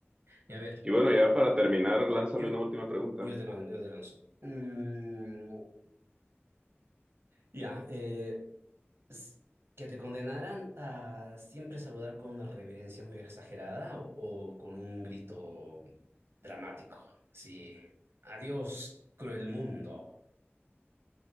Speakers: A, on the right; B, on the right.
A: y a ver,
B: Y bueno, ya para terminar, lánzame
A: yo,
B: una última pregunta.
A: yo te mando, yo te lanzo. Mm, ya, eh, s- que te condenaran a siempre saludar con una reverencia muy exagerada o, o con un grito dramático. Sí. Adiós, cruel mundo.